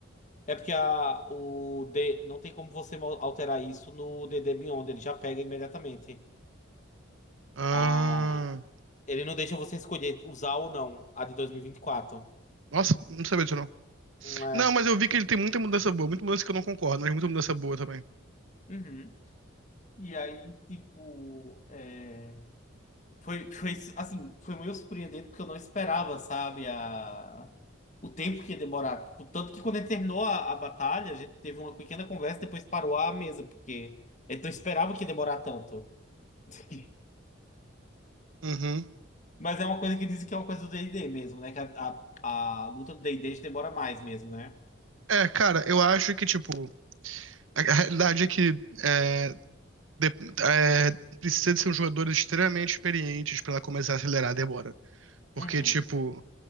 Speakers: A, on the left (about 35°); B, on the right (about 75°).
A: É porque a, o D, não tem como você mo- alterar isso no DD Beyond, ele já pega imediatamente.
B: Ah.
A: A, ele não deixa você escolher usar ou não a de 2024.
B: Nossa, não sabia disso não.
A: Hum, É.
B: Não, mas eu vi que ele tem muita mudança boa. Muita mudança que eu não concordo, mas muita mudança boa também.
A: Uhum. E aí, tipo, é, foi, foi, assim, foi meio surpreendente porque eu não esperava, sabe, a... o tempo que ia demorar. Tipo, tanto que quando a gente terminou a, a batalha, a gente teve uma pequena conversa e depois parou a mesa, porque a gente não esperava que ia demorar tanto. <laughs>
B: Uhum.
A: Mas é uma coisa que dizem que é uma coisa do D&D mesmo, né? Que a, a, a luta do D&D já demora mais mesmo, né?
B: É, cara, eu acho que, tipo, a, a realidade é que é, de- é, precisa de ser um jogador extremamente experiente pra ela começar a acelerar a demora. Porque,
A: Uhum.
B: tipo,